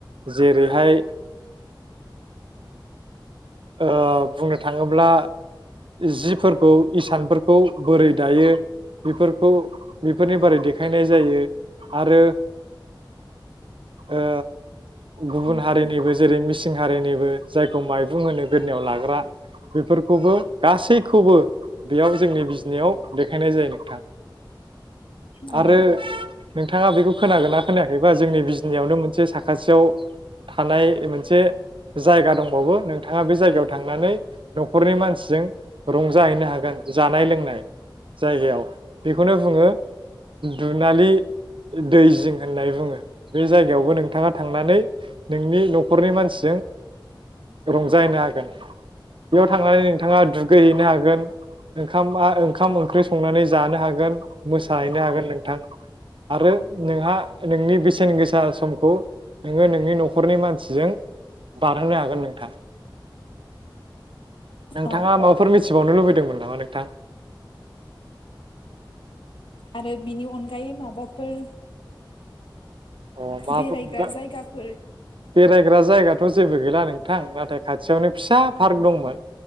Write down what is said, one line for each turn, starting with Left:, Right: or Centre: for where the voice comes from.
Right: जेरैहाय अ बुंनो थाङोब्ला जिफोरखौ इसानफोरखौ बोरै दायो बेफोरखौ बेफोरनि बारै देखायनाय जायो आरो ओ गुबुन
Left: उम
Right: हारिनिबो जेरै मि सिंहारिनिबो जायखौ माइरुं होनो गोदनियाव लाग्रा बेफोरखौबो गासैखौबो बेयाव जोंनि बिजनियाव देखायनाय जायो नोंथां
Left: औ
Right: आरो नोंथाङा बेखौ खोनागोन ना खोनायाखैबा जोंनि बिजनियावनो मोनसे साखाथियाव थानाय मोनसे जायगा दंबावो नोंथाङा बे जायगायाव थांनानै न'खरनि मानसिजों रंजाहैनो हागोन जानाय लोंनाय जायगायाव बेखौनो बुङो दुनालि दै जिं होननानै बुङो बे जायगायावबो नोंथाङा थांनानै नोंनि न'खरनि मानसि जों रंजाहैनो हागोन बेयाव थांनानै नोंथाङा दुगैहैनो हागोन ओंखाम मा ओंखाम ओंख्रि संनानै जानो हागोन मोसाहैनो हागोन नोंथां आरो नोंहा नोंनि बेसेन गोसा समखौ नोङो नोंनि न'खरनि मानसिजों बारहोनो हागोन नोंथां नोंथाङा
Left: ओ
Right: माबाफोर मि थिबावनो लुबैदोंमोन नामा नोंथां?
Left: आरो बिनि अनगायै माबा फोर
Right: अ मा
Left: बेरायग्रा जायगाफोर
Right: बेरायग्रा जायगाथ' जेबो गैला नोंथां नाथाय खाथियावनो फिसा
Left: ओं
Right: पार्क दंमोन